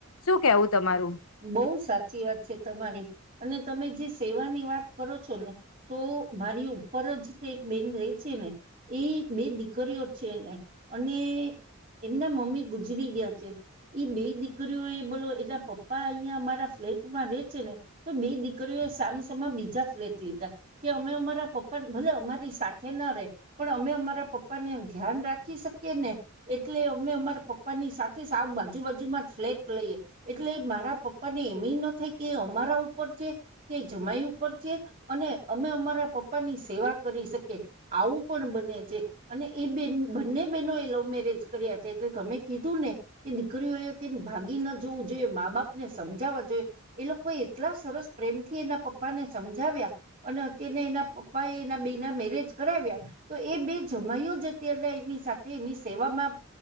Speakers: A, on the left; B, on the right.
A: શું કેવું. તમારું
B: બહુ સાચી વાત છે તમારી અને તમે જે. સેવાની વાત કરો છો ને તો મારી ઉપર જ તે એક બેન રેય છે ને એ બે દીકરીઓ છે ને અને એમના મમ્મી ગુજરી ગયા છે એ બે દીકરીઓ એ બોલો એલા પ પા અહીંયા અમારા ફ્લેટમાં રેય છે ને તો બે દીકરીઓ એ સામસામા બીજા ફ્લેટ લીધા કે અમે અમારા પપ્પા ભલે અમારી સાથે ના રે પણ અમે અમારા પપ્પાને ધ્યાન રાખી શકીએ ને એટલે અમે અમારા પપ્પા ની સાથે સા બાજુ બાજુમાં ફ્લેટ લઈએ એટલે. રા પપ્પા ને એમ ન થાય કે અમારા ઉપર છે કે જમાઈ ઉપર છે અને અમે અમારા પપ્પા ની સેવા કરી શકીએ આવું પણ બને છે અને એ બે બંને બહેનો એ લવ મેરેજ કર્યા છે એટલે તમે કીધું ને કે દીકરીઓ એ તેને ભાગી ના જવું જોઈએ મા બાપ. ને સમજવા જોઈએ એ લોકો એટલા સરસ પ્રેમ થી એના પપ્પાને સમજાવ્યા અને અત્યારને એના પપ્પા એના બેના મેરેજ કરાવ્યા તો એ બે જમાઈઓ જ અત્યારે એની સાથે એની સેવામાં